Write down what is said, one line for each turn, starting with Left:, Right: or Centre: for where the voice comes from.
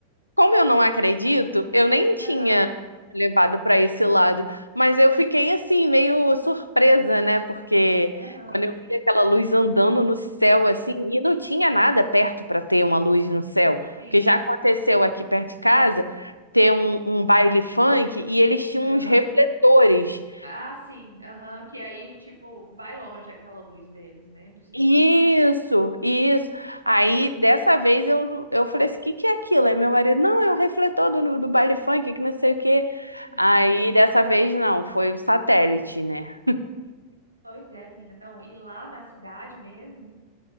Left: Como eu não acredito, eu nem tinha
Right: Aham,
Left: levado para esse lado, mas eu fiquei assim meio surpresa, né? Porque
Right: aham,
Left: quando eu vi aquela luz andando no céu assim, e não tinha nada perto para ter uma luz no céu,
Right: sim.
Left: porque já aconteceu aqui perto de casa ter um, um baile funk e eles tinham
Right: Aham.
Left: uns refletores.
Right: Ah, sim, aham. Que aí, tipo, vai longe aquela luz deles, né? Dos refletores.
Left: Isso, isso. Aí, dessa vez, eu, eu falei assim, o que que é aquilo? Aí meu marido, não, é o refletor do, do baile funk, que não sei o quê.
Right: <laughs>
Left: Aí, dessa vez, não, foi o satélite, né?
Right: Pois é, menina. Não, e lá na cidade mesmo.